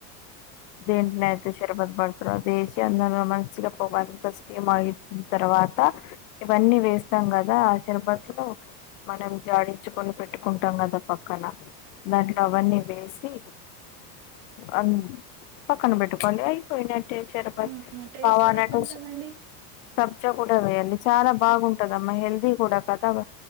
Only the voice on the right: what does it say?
మ్మ్ టేస్ట్
ఎలా ఉంటదండి